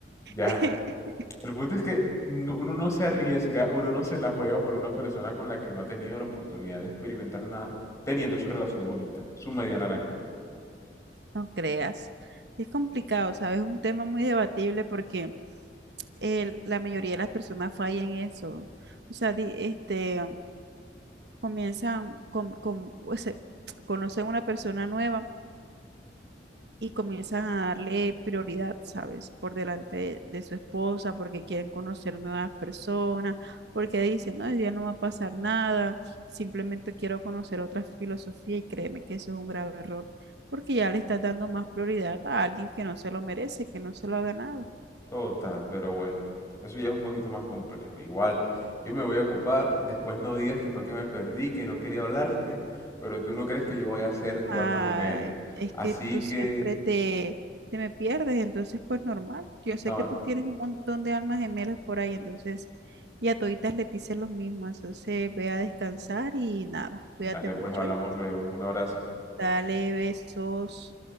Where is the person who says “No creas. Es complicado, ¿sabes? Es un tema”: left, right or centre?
Right